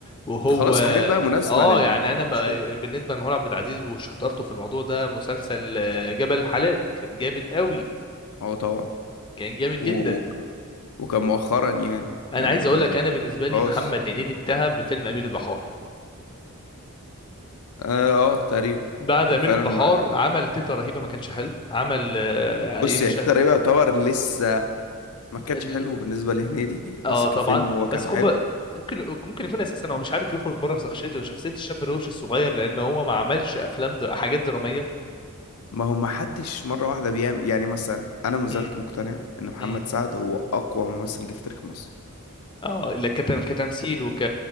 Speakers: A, on the left; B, on the left.
A: وهو
B: خلاص حاجات بقى مناسبة
A: اه
B: للوصول
A: يعني انا ب- بالنسبه لمحمود عبد العزيز وشطارته في الموضوع ده مسلسل آه، جبل الحلال كان جامد قوي
B: اه طبعا
A: كان جامد
B: و...
A: جدا
B: و- وكان مؤخرا يعني يعني
A: انا عايز
B: ما
A: اقول لك انا بالنسبه
B: خلاص
A: لي محمد هنيدي انتهى بفيلم امير البحار
B: اه, آه تقريبا
A: بعد
B: هو
A: امير
B: فعلا
A: البحار
B: مع
A: عمل تيتا رهيبه ما كانش حلو عمل آه،
B: بص
A: ايه مش
B: يعني تيتا
A: عارف-
B: رهيبة يعتبر لسه ما كانش
A: ال-
B: حلو بالنسبة لهنيدي
A: اه
B: بس كفيلم
A: طبعا
B: هو كان
A: بس خد
B: حلو
A: بالك، ممكن ممكن يكون اساسا هو مش عارف يخرج بره شخصيته شخصيه الشاب الروش الصغير لان هو ما عملش افلام د... حاجات دراميه
B: ما هو ما حدش مرة واحدة بيعمل يعني مثلا أنا ما زلت
A: امم
B: مقتنع إن محمد
A: امم
B: سعد هو أقوى ممثل جه في تاريخ مصر
A: اه لا كتم... كتمثيل وك